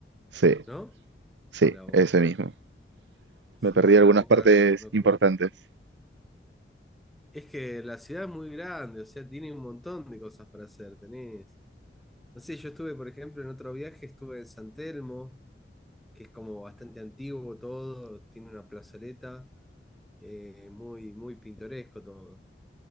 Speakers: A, on the right; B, in the centre.
A: Sí,
B: ¿no?
A: sí,
B: La Boca.
A: ese mismo.
B: Sí,
A: Me perdí
B: yo
A: algunas
B: la Boca
A: partes
B: no, no
A: importantes.
B: conozco. Es que la ciudad es muy grande, o sea, tiene un montón de cosas para hacer. Tenés. No sé, yo estuve, por ejemplo, en otro viaje, estuve en San Telmo, que es como bastante antiguo todo, tiene una plazoleta, eh, muy, muy pintoresco todo,